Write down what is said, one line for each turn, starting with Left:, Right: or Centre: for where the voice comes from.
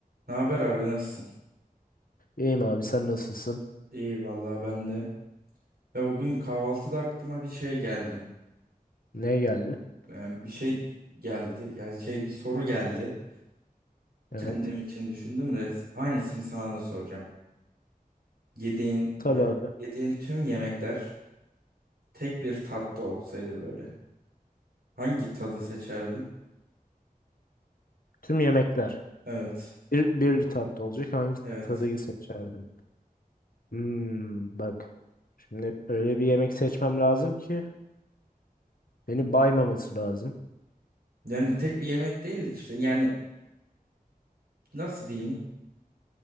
Right: Ne haber abi nasılsın?
Left: İyiyim abi sen nasılsın?
Right: İyi vallahi ben de. Ya bugün kahvaltıda aklıma bir şey geldi.
Left: Ne geldi?
Right: Yani bir şey geldi. Yani şey bir soru geldi.
Left: Evet.
Right: Kendim için düşündüm de aynısını sana da soracağım. Yediğin
Left: Tabii
Right: böyle
Left: abi.
Right: yediğin tüm yemekler tek bir tatta olsaydı böyle. Hangi tadı seçerdin?
Left: Tüm yemekler.
Right: Evet.
Left: Bir, bir tatlı olacak. Hangi
Right: Evet.
Left: tadıyı seçerdim? Hmm, bak. Şimdi öyle bir yemek seçmem lazım ki beni baymaması lazım.
Right: Yani tek bir yemek değil de işte yani nasıl diyeyim?